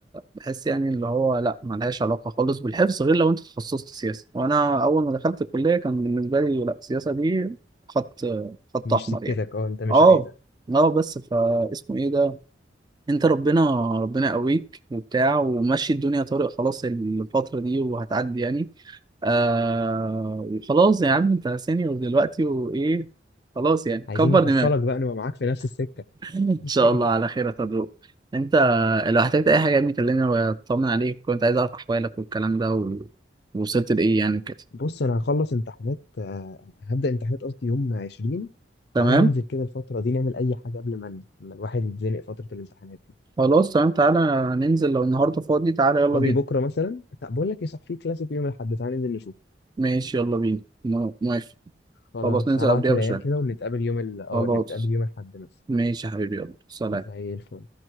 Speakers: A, on the right; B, on the left.
A: بحس يعني اللي هو لا ملهاش علاقة خالص بالحفظ غير لو انت تخصصت سياسة وانا اول ما دخلت الكلية كان بالنسبة لي لا السياسة دي خط خط
B: مش
A: احمر
B: سكتك
A: يعني
B: اه انت مش
A: اه
B: عايزها
A: اه بس فاسمه ايه ده انت ربنا ربنا قويك وبتاع ومشي الدنيا طارق خلاص الفترة دي وهتعدي يعني آه وخلاص يا عم انت سينيور دلوقتي وايه خلاص يعني
B: عايزين
A: كبر
B: نحصلك
A: دماغك
B: بقى نبقى معاك في نفس السكه
A: ان شاء
B: <laughs>
A: الله على خير يا طارق انت لو احتجت اي حاجه يا ابني كلمني واطمن عليك كنت عايز اعرف احوالك والكلام ده و... ووصلت لايه يعني كده
B: بص انا هخلص امتحانات آه، هبدا امتحانات قصدي يوم 20
A: تمام
B: تعالى ننزل كده الفتره دي نعمل اي حاجه قبل ما ما الواحد يتزنق فتره الامتحانات دي
A: خلاص تمام تعالى ننزل لو النهارده فاضي تعالى يلا
B: فاضي
A: بينا
B: بكره مثلا طب بقول لك ايه صح في كلاسيك يوم الاحد تعالى ننزل نشوف
A: ماشي يلا بينا مو- موافق
B: خلاص
A: خلاص ننزل
B: هبعت
A: قبلها
B: للعيال
A: بشويه
B: كده ونتقابل يوم ال... اه
A: خلاص
B: نتقابل يوم الاحد مثلا
A: ماشي يا حبيبي يلا سلام
B: زي الفل